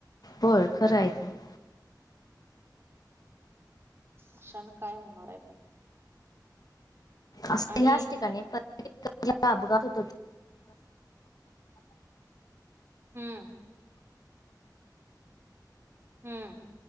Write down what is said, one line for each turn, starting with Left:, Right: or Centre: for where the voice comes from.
Left: हो खरं आहेच.
Right: अशान काय होणार आहे पण
Left: असं
Right: आणि
Left: ह्याच ठिकाणी प्रत्येक अपघात होत.
Right: हम्म हम्म.